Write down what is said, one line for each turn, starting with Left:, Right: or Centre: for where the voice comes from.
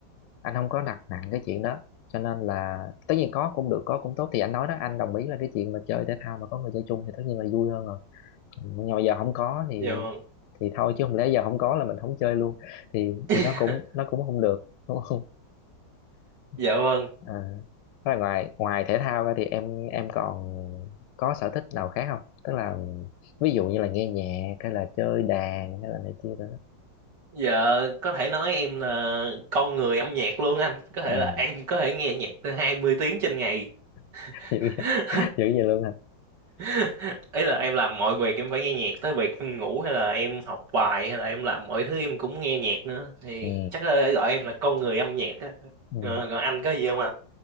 Left: anh không có đặt nặng cái chuyện đó cho nên là tất nhiên có cũng được có cũng tốt thì anh nói đó anh đồng ý là cái chuyện mà chơi thể thao mà có người chơi chung thì tất nhiên là vui hơn rồi Ừ, nhưng mà bây giờ không có thì
Right: dạ vâng
Left: thì thôi chứ không lẽ giờ không có là mình không chơi luôn thì
Right: <laughs>
Left: thì nó cũng nó cũng không được đúng không
Right: dạ
Left: <laughs>
Right: vâng
Left: à, thế là ngoài ngoài thể thao ra thì em em còn có sở thích nào khác không tức là ví dụ như là nghe nhạc hay là chơi đàn hay là này kia rồi đó
Right: dạ có thể nói em là con người âm nhạc luôn anh có thể
Left: ừ
Right: là em có thể nghe nhạc tới 20 tiếng trên ngày
Left: <laughs> dữ vậy,
Right: <laughs>
Left: dữ vậy luôn hả
Right: <laughs> ý là em làm mọi việc em phải nghe nhạc tới việc em ngủ hay là em học bài hay là em làm mọi thứ em cũng nghe nhạc nữa thì
Left: ừ
Right: chắc là gọi em là con người âm nhạc á
Left: ừ.
Right: Ờ, còn anh có gì không ạ